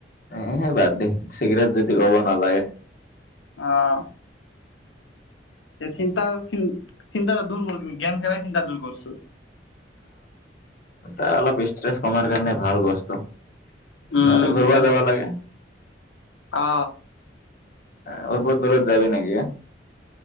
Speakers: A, on the left; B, on the left.
A: এহে বাদ দি চিগৰেট যদি ক'ব নালাগে
B: আহ চিন্তা চি চিন্তা দূৰ কৰ গেম খেলাই চিন্তা দূৰ কৰছো
A: অ অলপ ইচট্ৰেছ কমাৰ কাৰণে ভাল বস্তু
B: উম
A: নহ'লে ঘূৰিব
B: ত
A: যাব লাগে
B: অ
A: আ ওপৰত গ'লত যাবি নেকি